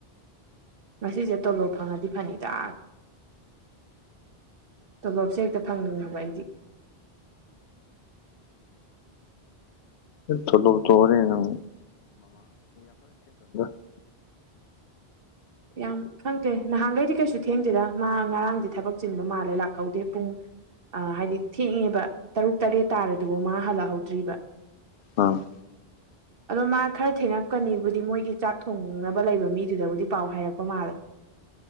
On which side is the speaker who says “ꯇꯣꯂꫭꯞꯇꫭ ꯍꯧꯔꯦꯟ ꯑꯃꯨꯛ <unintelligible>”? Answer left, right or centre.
Left